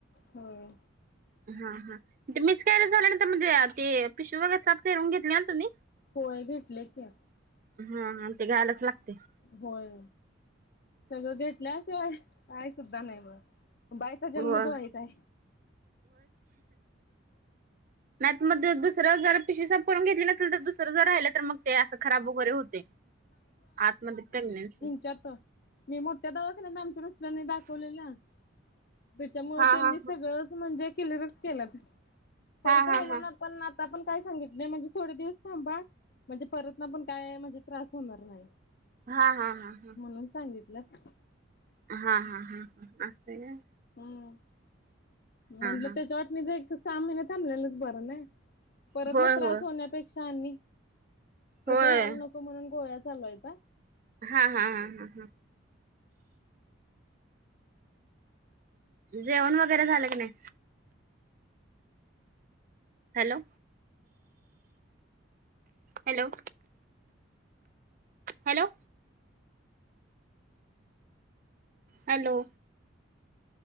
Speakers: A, on the left; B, on the right.
A: होय.
B: हा हा ते मिसकॅरेज झाल्यानंतर म्हणजे ते पिशवी वगैरे साफ करून घेतल्याय ना तुम्ही?
A: होय घेतल्याय की.
B: हा हा ते घ्यायलाच लागतय.
A: होय सगळं घेतल्याशिवाय काय सुद्धा नाही बगा. बाईचा जन्मच
B: हो
A: वाईट हाय.
B: नाही मग दुसरं जर पिशवी साफ करून घेतली नसेल तर दुसरं ज राहिलं तर मग ते असं खराब वगैरे होतय आतमध्ये प्रेग्नेन्सी.
A: च्यात. मी मोठ्या दवाखान्यात आमच्या मिस्टरांनी दाखवलेलं त्यामुळे
B: हा
A: त्यांनी
B: हा
A: सगळच म्हणजे किलेरच केल्यात परत
B: हा
A: राहिला
B: हा हा
A: ना पण आता पण काय सांगितलंय म्हणजे थोडे दिवस थांबा म्हणजे परतना पण काय म्हणजे त्रास होणार नाय.
B: हा हा हा हा.
A: म्हणून सांगितल्यत.
B: हां हां हां असंय काय.
A: हम्म म्हणलं
B: हा
A: त्याच्या वाटणीचं एक त सहा महिना थांबलेलेच बरं नाय. परत
B: होय
A: ना त्रास
B: होय
A: होण्यापेक्षा आणि तसं
B: होय
A: व्हायला नको म्हणून गोळ्या चालूयता.
B: हा हा हा हा हा. जेवण वगैरे झालं का नाय? हॅलो! हॅलो! हॅलो! हॅलो!